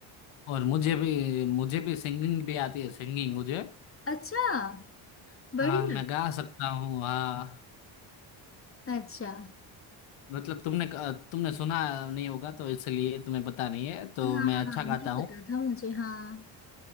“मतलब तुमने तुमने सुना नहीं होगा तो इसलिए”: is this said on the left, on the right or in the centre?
Left